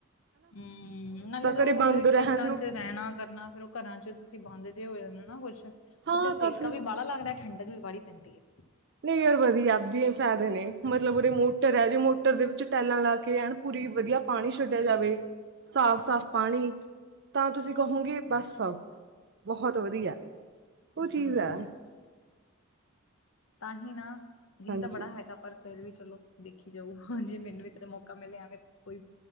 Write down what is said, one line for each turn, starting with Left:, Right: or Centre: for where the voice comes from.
Left: ਹਮ, ਨਾਲੇ ਉਹ
Right: ਘਰੇ ਬੰਦ
Left: ਫਿਰ ਖੇਤਾਂ
Right: ਰਹਿਣ ਨੂੰ
Left: 'ਚ। ਰਹਿਣਾ ਕਰਨਾ ਫ਼ੇਰ ਉਹ ਘਰਾਂ 'ਚ ਤੁਸੀਂ ਬੰਦ ਜਿਹੇ ਹੋ ਜਾਂਦੇ ਨਾ ਕੁਛ ਉੱਥੇ
Right: ਹਾਂ
Left: ਸੇਕਾ
Right: ਤਾਂ ਫਿਰ
Left: ਵੀ ਬਾਹਲਾ ਲੱਗਦਾ। ਠੰਡਕ ਵੀ ਵਾਲੀ ਪੈਂਦੀ ਹੈ।
Right: ਨਹੀਂ ਯਾਰ ਵਧੀਆ ਆਪਦੇ ਫਾਇਦੇ ਨੇ ਮਤਲਬ ਉਰੇ ਮੋਟਰ ਹੈ ਜੇ ਮੋਟਰ ਦੇ ਵਿੱਚ ਟੈਲਾਂ ਲਾ ਕੇ ਹੈਨਾ। ਪੂਰੀ ਵਧੀਆ ਪਾਣੀ ਛੱਡਿਆ ਜਾਵੇ, ਸਾਫ਼- ਸਾਫ਼ ਪਾਣੀ, ਤਾਂ ਤੁਸੀਂ ਕਹੋਗੇ। ਬਸ ਸਭ ਬਹੁਤ ਵਧੀਆ ਉਹ ਚੀਜ਼
Left: ਹਮ
Right: ਐ।
Left: ਤਾਂਹੀ ਨਾ ਜੀਅ
Right: ਹਾਂਜੀ
Left: ਤਾਂ ਬੜਾ ਹੈਗਾ ਪਰ ਫੇਰ ਵੀ ਚਲੋ ਦੇਖੀ ਜਾਊ ਜੇ ਮੈਨੂੰ ਵੀ ਕਦੇ ਮੌਕਾ। ਮੌਕਾ ਮਿਲਿਆ ਐਵੇਂ ਕੋਈ